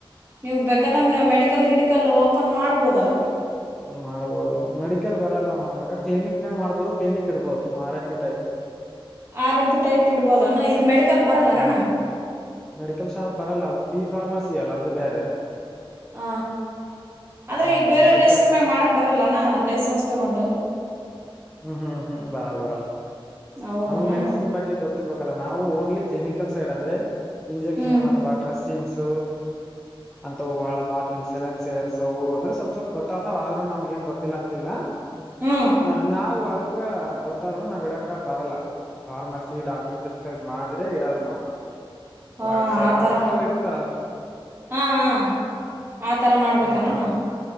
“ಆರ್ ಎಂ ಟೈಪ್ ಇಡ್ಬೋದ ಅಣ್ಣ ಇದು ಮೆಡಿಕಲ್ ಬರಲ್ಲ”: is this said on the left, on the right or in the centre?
Right